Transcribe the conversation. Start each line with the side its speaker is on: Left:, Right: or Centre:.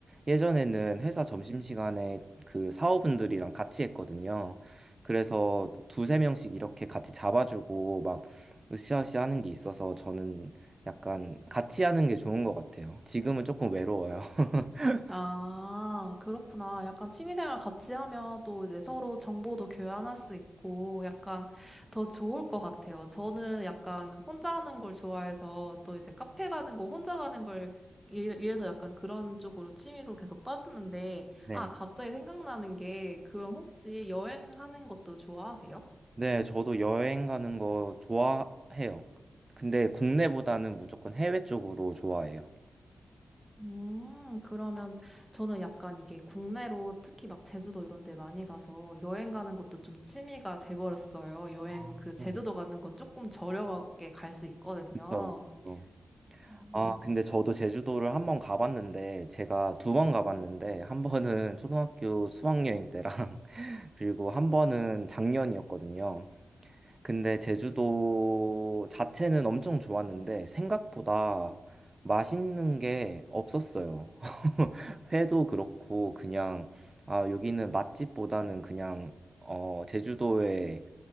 Right: 예전에는 회사 점심시간에 그 사원분들이랑 같이 했거든요. 그래서 두세 명씩 이렇게 같이 잡아주고 막 으쌰으쌰 하는 게 있어서 저는 약간 같이 하는 게 좋은 것 같아요. 지금은 조금 외로워요. <laughs>
Centre: 아, 그렇구나. 약간 취미생활 같이 하면 또 이제 서로 정보도 교환할 수 있고 약간 더 좋을 것 같아요. 저는 약간 혼자 하는 걸 좋아해서 또 이제 카페 가는 거 혼자 가는 걸 이- 이래서 약간 그런 쪽으로 취미로 계속 빠졌는데
Right: 네.
Centre: 아, 갑자기 생각나는 게 그럼 혹시 여행하는 것도 좋아하세요?
Right: 네, 저도 여행 가는 거 좋아해요. 근데 국내보다는 무조건 해외 쪽으로 좋아해요.
Centre: 음, 그러면 저는 약간 이게 국내로 특히 막 제주도 이런 데 많이 가서 여행 가는 것도 좀 취미가 돼버렸어요. 여행
Right: 아,
Centre: 그 제주도
Right: 네.
Centre: 가는 건 조금 저렴하게 갈 수 있거든요.
Right: 그쵸, 그쵸.
Centre: 음.
Right: 아, 근데 저도 제주도를 한 번 가봤는데, 제가 두 번 가봤는데, 한 번은 초등학교 수학여행 때랑, <laughs> 그리고 한 번은 작년이었거든요. 근데 제주도 자체는 엄청 좋았는데, 생각보다 맛있는 게 없었어요. <laughs> 회도 그렇고, 그냥, 아, 여기는 맛집보다는 그냥, 어, 제주도의